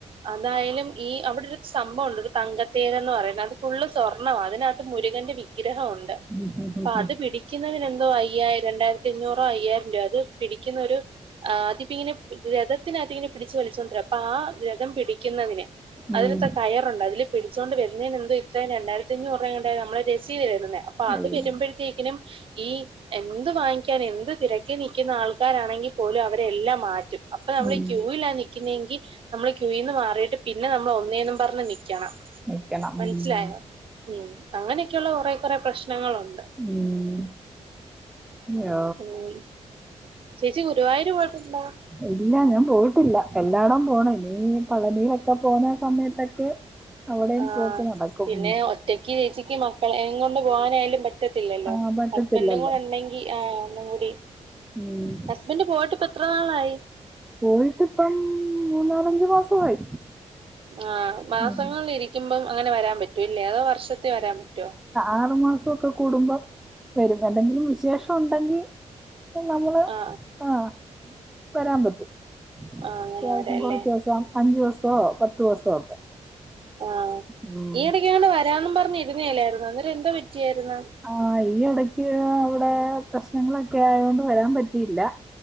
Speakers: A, on the right; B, in the centre.
A: അതായാലും ഈ അവിടെ ഒരു സംഭവം ഉണ്ട് തങ്കത്തേതന്ന് പറയുന്നത് അത് ഫുള്ള് സ്വർണ്ണം മാണ് അതിനകത്ത് മുരുകന്റെ വിഗ്രഹം ഉണ്ട്
B: ഉം ഉം
A: അപ്പൊ അത് പിടിക്കുന്നതിന് എന്തോ അയ്യായിരം രണ്ടായിരത്തി അഞ്ഞൂറോ അയ്യായിരം രൂപയോ അത് പിടിക്കുന്ന ഒരു ആ അതിപ്പ ഇങ്ങനെ രഥത്തിന അതി ഇങ്ങനെ പിടിച്ചു വലിച്ചൊണ്ട് അപ്പൊ ആ രഥം പിടിക്കുന്നതിന് അതിനക്കെ
B: ഉം.
A: കയം ണ്ട് അതില് പിടിച്ചുകൊണ്ട് വരുന്നതിനന് എന്ത ഇത്രയും രണ്ടായിരത്തി അഞ്ഞൂറ് രൂപ നമ്മളെ രസീത് വരുന്നെ അപ്പൊ
B: ഉം,
A: അത് വരുമ്പോഴത്തേക്കിനും ഈ എന്ത് വാങ്ങിക്കാൻ എന്ത് തിരക്കി നിൽക്കുന്ന ആൾക്കാരാണെങ്കിൽ പോലും അവരെ എല്ലാം മാറ്റും അപ്പൊ നമ്മള്
B: ഉം.
A: ക്യൂലാ നി- ക്കുന്നെങ്കിൽ നമ്മള് ക്യൂയിന്ന് മാറിയിട്ട് പിന്നെ നമ്മൾ ഒന്നേന്നും പറഞ്ഞ് നിൽക്കണം
B: നിക്കണം.
A: മനസിലായോ
B: ഉം,
A: ഉം അങ്ങനെയൊക്കെയുള്ള കുറേ കുറെ പ്രശ്നങ്ങളുണ്ട്
B: ഉം ഹലേ
A: ഉം ചേച്ചി ഗുരുവായൂര് പോയിട്ടുണ്ടോ
B: ഇല്ല ഞാൻ പോയിട്ടില്ല എല്ലായിടും പോണം ഇനി പളനിയിലൊക്കെ പോകുന്ന സമയത്തൊക്കെ അവിടെയും
A: ആ
B: പോക്ക് നടക്കും
A: പിന്നെ ഒറ്റയ്ക്ക് ചേച്ചിക്ക് മക്കളെ കൊണ്ട് പോകാനായാലും പ റ്റത്തില്ലല്ലോ
B: ആഹ് പറ്റത്തില്ലല്ലോ.
A: ഹസ്ബൻഡും കൂടെ ഇണ്ടെങ്കിൽ ആ ഒന്നും കൂടി
B: ഉം.
A: ഹസ്ബൻഡ് പോയിട്ട് എത്ര നളായി
B: പോയിട്ടിപ്പം മൂന്നാലഞ്ച് മാസമായി
A: ആ മാസങ്ങളിൽ
B: ഉം.
A: ഇരിക്കുമ്പം അങ്ങനെ വരാൻ പറ്റൂല്ലേ അതോ വർഷത്തെ വരാൻ പറ്റുവോ
B: ആറു മാസം ഒക്കെ കൂടുമ്പോ വരും എന്തെങ്കിലും വിശേഷം ഉണ്ടെങ്കിൽ നമ്മള്
A: ആ
B: ആഹ് വരാൻ പറ്റും
A: ആ അങ്ങനെ
B: അത്യാവശ്യം
A: വരാല്ലേ
B: കൊറച്ച് ദിവസം അഞ്ചു ദിവസോ പത്ത് ദിവസോ ഒക്കെ
A: ആഹ്
B: ഉം.
A: ഈ ഇടക്ക്ണ്ട് അങ്ങട്ട്. വരാനും പറഞ്ഞ് ഇരുന്നേല്ലായിരുന്നു അന്നേരം എന്താ പറ്റിയായിരുന്ന
B: ആ ഈ ഇടക്ക് അവിടെ പ്രശ്നങ്ങളൊക്കെ ആയ കൊണ്ട് വരാൻ പറ്റിയില്ല